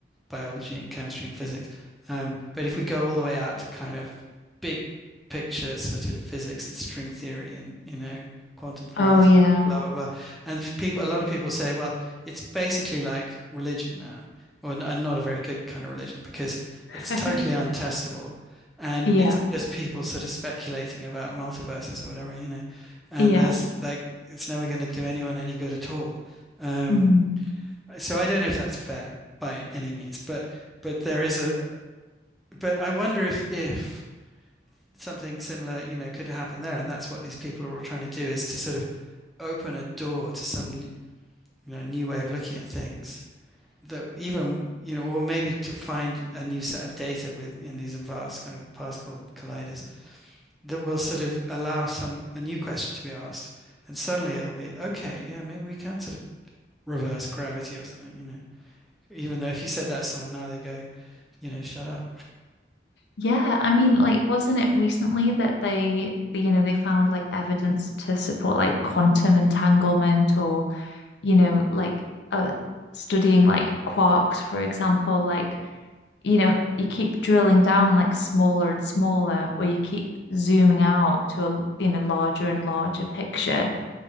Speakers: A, in the centre; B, on the left (about 75°).
A: biology and chemistry and physics. Um, but if we go all the way out to kind of big picture sort of physics and string theory and you know quantum gravity,
B: oh yeah
A: blah blah blah, and people, a lot of people say, well, it's basically like religion now, or and not a very good kind of religion because it's
B: <laughs>
A: totally untestable, and
B: yeah
A: it's just people sort of speculating about multiverses or whatever, you know, and
B: yeah
A: there's like it's never going to do anyone any good at all. Um,
B: mm.
A: so I don't know if that's fair by any means, but but there is a but I wonder if if something similar, you know, could happen there, and that's what these people are all trying to do is to sort of open a door to some you know new way of looking at things that even you know or maybe to find a new set of data within these vast kind of particle colliders that will sort of allow some a new question to be asked and suddenly it'll be okay yeah maybe we can sort of reverse gravity or something you know Even though if you said that to someone now, they go, you know, shut up.
B: Yeah, I mean, like, wasn't it recently that they, you know, they found like evidence to support like quantum entanglement or, you know, like uh, studying like quarks, for example, like, you know, you keep drilling down like smaller and smaller, or you keep zooming out to a, you know, larger and larger picture,